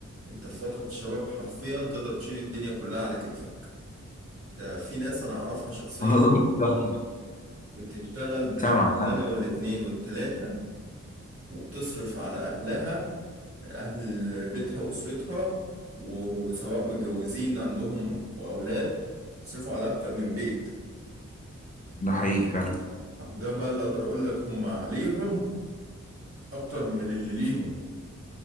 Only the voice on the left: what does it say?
<laughs> والله ده-
سامعك سامعك
ده حقيقي فعلا